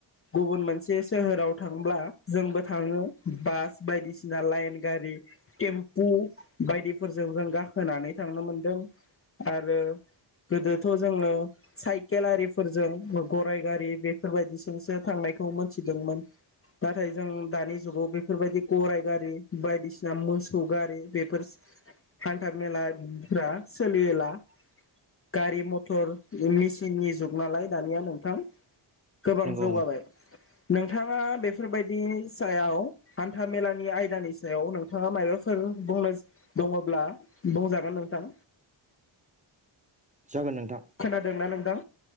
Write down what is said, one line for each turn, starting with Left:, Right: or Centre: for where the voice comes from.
Left: गुबुन मोनसे सोहोराव थांब्ला जोंबो थाङो बास बायदिसिना लाइन गारि टेम्पु बायदिफोरजों जों गाखोनानै थांनो मोनदों आरो। गोदोथ' जोङो साइकेल आरिफोरजों गराइ गारि बेफोरबायदिजोंसो थांनायखौ मोनथिदोंमोन नाथाय जों दानि जुगाव बेफोरबायदि गराइ गारि बायदिसिना मोसौ गारि बेफोर हान्था मेलाफ्रा सोलिला गारि मथर मेचिननि जुग नालाय दानिया नोंथां गोबां
Right: नंगौ
Left: जौगाबाय
Right: नों
Left: नोंथाङा बे बेफोरबायदि सायाव हान्था मेलानि आयदानि सायाव नोंथाङा माबाफोर बुंनो दङब्ला बुंजागोन नोंथां
Right: जागोन नोंथां
Left: खोनादोंना नोंथां